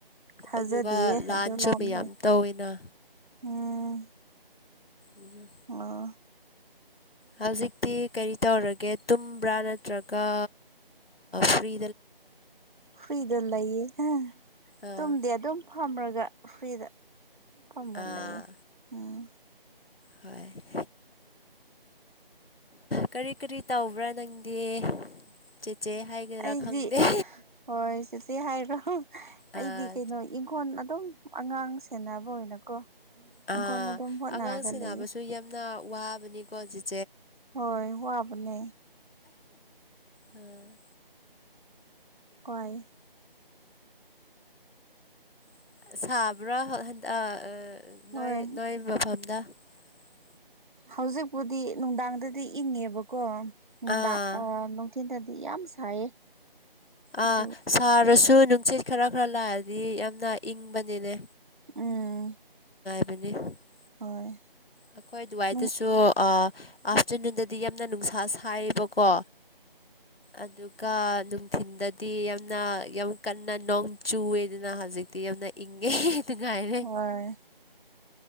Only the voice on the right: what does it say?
ꯊꯥꯖꯗꯤꯌꯦ
ꯑꯗꯨ ꯂꯥꯞ
ꯂꯩ
ꯎꯝ
ꯑꫭ
ꯐꯨꯏꯗ ꯂꯩꯌꯦ ꯑ
ꯇꯨꯝꯗꯤ ꯑꯗꯨꯝ ꯐꯝꯔꯒ ꯐ꯭ꯔꯤꯗ ꯐꯝꯅ
ꯂꯩꯌꯦ ꯎꯝ
ꯑꯩꯗꯤ
ꯍꯣꯏ ꯆꯦꯆꯦ ꯍꯥꯏꯔꯣ ꯑꯩꯗꯤ
ꯀꯩꯅꯣ ꯏꯪꯈꯣꯟ ꯑꯗꯨꯝ ꯑꯉꯥꯡ ꯁꯦꯟꯅꯕ ꯑꯣꯏꯅꯀꯣ
ꯏꯪꯈꯣꯜ ꯑꯗꯨꯝ ꯍꯣꯠꯅꯔꯒ
ꯂꯩꯌꯦ
ꯍꯣꯏ ꯋꯥꯕꯅꯦ
ꯀꯣꯏ
ꯍꯣꯏ ꯍꯧꯖꯤꯛꯄꯨꯗꯤ ꯅꯨꯡꯗꯥꯡꯗꯗꯤ ꯏꯪꯉꯦꯕꯀꯣ ꯅꯨꯡꯗꯥꯡ
ꯑꯣ ꯅꯨꯡꯊꯤꯟꯗꯗꯤ ꯌꯥꯝ ꯁꯥꯏꯌꯦ
ꯑꯗꯨ
ꯎꯝ
ꯍꯣꯏ
ꯎꯝ
ꯍꯣꯏ